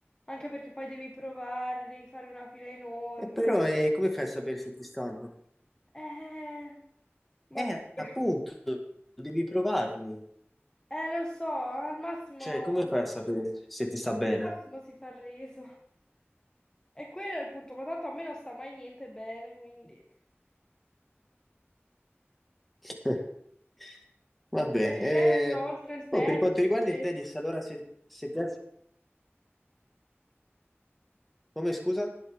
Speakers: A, on the left (about 20°); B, in the centre.
A: anche perché poi devi provare, devi fare una fila enorme.
B: E però eh, come fai a sapere se ti stanno?
A: Eh, ma
B: Eh,
A: Dio.
B: appunto, devi provarli.
A: Eh, lo so, al massimo,
B: Cioè, come fai a sapere se ti sta bene?
A: al massimo si fa il reso. E quello è il punto, ma tanto a me non sta mai niente bene, quindi...
B: <laughs> Vabbè,
A: Per il
B: eh,
A: resto, oltre il tennis...
B: oh, per quanto riguarda
A: e-
B: il tennis, allora se, se piace... Come scusa?